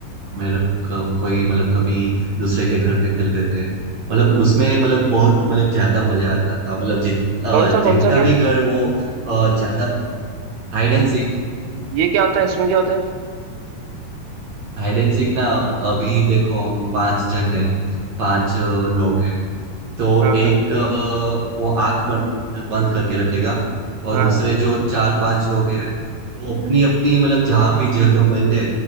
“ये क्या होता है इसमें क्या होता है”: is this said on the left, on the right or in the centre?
Right